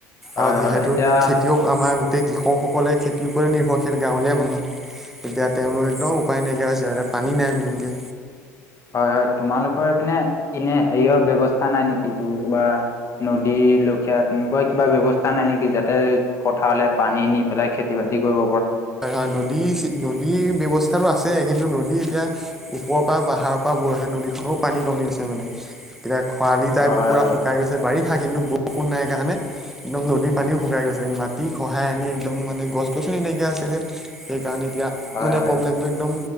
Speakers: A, on the left (about 35°); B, in the centre.
A: হয়
B: আৰু যিহেতু
A: হয় এতিয়া
B: খেতিয়ও আমাৰ তেই কৃষকসকলে খেতিৰ ওপৰত নিৰ্ভৰশীল গাঁৱলীয়া মানুহ এতিয়া তেওঁলোক একদম উপায় নাইকিয়া হৈছে ইতে পানী নাই মিনকে
A: হয় হয় তোমালোকৰ পিনে এনে হেৰিয়ৰ ব্যৱস্থা নাই নেকি এইটো বা নদী লখিয়া তেনেকুৱা কিবা ব্যৱস্থা নাই নেকি যাতে পথাৰলৈ পানী নি পেলাই খেতি বাতি কৰিব
B: হয় হয় নদী নদীৰ ব্যৱস্থাতো আছে কিন্তু নদী যদি এতিয়া ওপৰৰ পৰা পাহাৰৰ পৰা বৈহা নদীখনৰও পানী কমি আছে মানে তেতিয়া খৰালি পাই
A: হয়
B: পুৰা
A: হয়
B: শুকাই গৈছে বাৰী থা কিন্তু বৰষুণ নাই কাৰণে একদম নদীৰ পানীও শুকাই গৈছে মাটি খহাই আনি একদম মানে গছ গছনি নাইকিয়া আছিল যে সেইকাৰণে এতিয়া
A: হয়
B: মানে
A: হয়
B: প্ৰব্লেমটো একদম